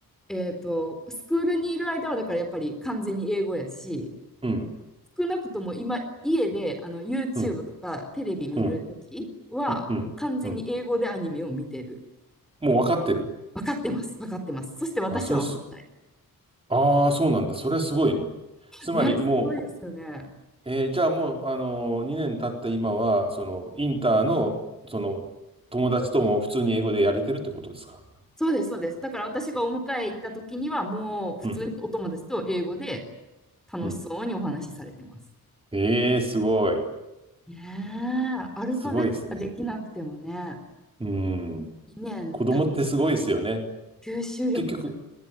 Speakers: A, in the centre; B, on the right.
A: えっと、スクールにいる間はだからやっぱり完全に英語やし、
B: うん、
A: 少なくとも今、家であの YouTube
B: うん、
A: とかテレビ見るときは、
B: うん、うん、うん。
A: 完全に英語でアニメを見てる。
B: うんもう分かってる
A: 分かってます、分かってます。そして私は分かんない。
B: あ、それす、ああ、そうなんだ。それはすごいね。つまりもう、
A: ね、すごいですよね。
B: えーじゃあもう、あのー、2年経った今は、その、インターの、その、友達とも普通に英語でやれてるってことですか
A: そうです、そうです。だから私がお迎え行った時には、もう普通にお友達と英語で
B: うん、
A: 楽しそうにお話しされてます。
B: うん。ええ、すごい。
A: ねえ、アルファベットができなくてもね、
B: すごいですね。うん。
A: 2年経つ
B: 子供ってすごいですよね。
A: 吸収力がね。
B: 結局、